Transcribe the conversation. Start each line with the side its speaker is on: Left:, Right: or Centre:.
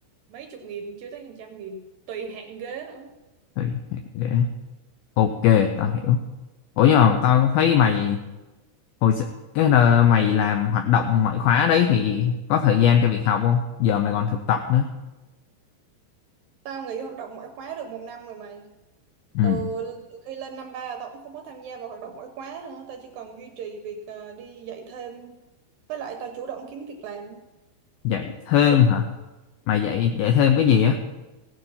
Right: mấy chục nghìn chưa tới hàng trăm nghìn tùy hạng ghế nữa
Left: thì để ok tao hiểu ủa nhưng mà tao thấy mày hồi s- cái là mày làm hoạt động ngoại khóa đấy thì có thời gian cho việc học không giờ mày còn thực tập nữa
Right: Tao nghỉ hoạt động ngoại khóa được một năm rồi mày.
Left: ừ.
Right: từ từ khi lên năm ba là tao cũng không có tham gia vào hoạt động ngoại khóa nữa tao chỉ còn duy trì việc ờ, đi dạy thêm với lại tao chủ động kiếm việc làm
Left: dạy thêm hả mày dạy dạy thêm cái gì á